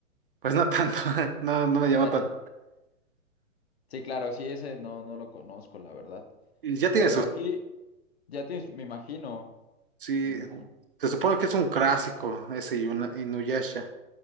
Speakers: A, on the right; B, on the left.
A: pues no tanto, <laughs> no, no
B: <laughs>
A: me llamó tanto.
B: Sí, claro, sí, ese no, no lo conozco, la verdad.
A: Y ya
B: Pero
A: tiene sus
B: sí. Ya tienes, me imagino,
A: Sí,
B: me imagino.
A: se supone que es un clásico ese Yuna- Inuyasha.